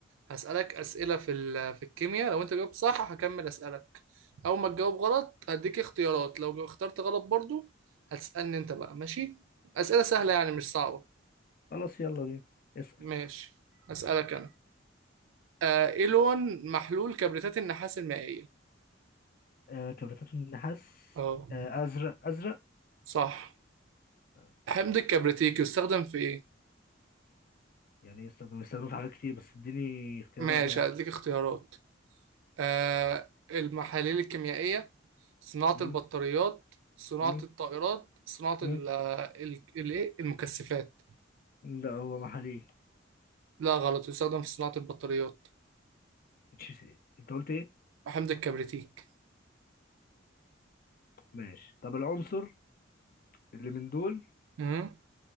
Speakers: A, on the right; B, on the left.
A: هسألك اسئلة في ال- في الكيمياء لو انت جاوبت صح هكمل اسألك اول ما تجاوب غلط هديك اختيارات لو اخترت غلط برضو هتسألني انت بقى ماشي؟ اسئلة سهلة يعني مش صعبة
B: خلاص يلا بينا اسال
A: ماشي اسألك انا آه ايه لون محلول كبريتات النحاس المائية؟
B: آه كبريتات النحاس
A: اه
B: آه ازرق ازرق
A: صح
B: آه،
A: حمض الكبريتيك يستخدم في ايه؟
B: يعني يستخدم يستخدموا في حاجات كتير بس اديني اختيارات
A: ماشي
B: يعني
A: هديك اختيارات آه، المحاليل الكيميائية صناعة
B: امم
A: البطاريات صناعة
B: امم
A: الطائرات صناعة
B: امم
A: ال- ال- الإيه؟ المكثفات
B: لا هو محاليل
A: لا غلط يستخدم في صناعة البطاريات
B: اتش سي انت قلت ايه
A: حمض الكبريتيك
B: ماشي طب العنصر اللي من دول
A: مم.